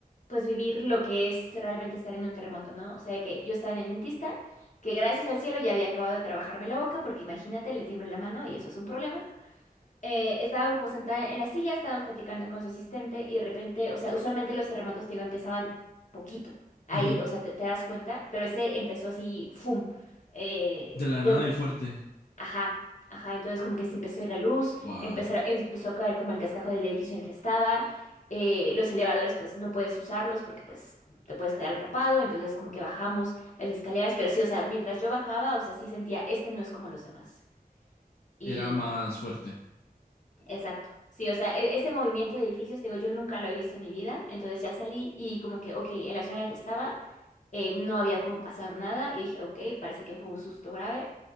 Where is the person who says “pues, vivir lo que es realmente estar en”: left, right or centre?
Left